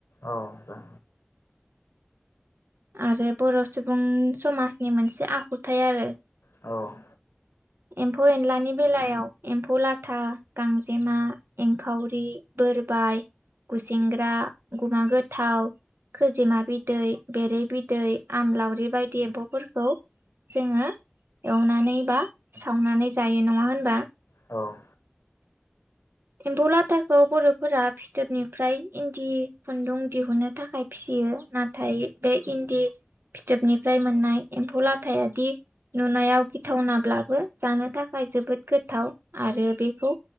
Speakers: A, on the left (about 80°); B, on the right (about 60°).
A: औ दे।
B: आरो बर' सुबुं समाजनि मोनसे आखुथायाइ आरो।
A: औ
B: एम्फौ एनलानि बेलायाव एम्फौ लाथा गांजेमा एंखावरि बोरबाय गुसेंग्रा गुमा गोथाव खोजिमा बिदै बेरै बिदै आमलावरि बायदि एम्फौफोरखौ जोङो एवनानै बा सावनानै जायो नङा होनबा
A: औ
B: एम्फौ लाथाखौ बर'फोरा फिदोरनि फ्राय इन्दि खुन्दुं दिहुनो थाखाय फियो नाथाय बे इन्दि फिथोबनिफ्राय मोननाय एम्फौ लाथायादि नुनायाव गिथावनाब्लाबो जानो थाखाय जोबोद गोथाव आरो बेखौ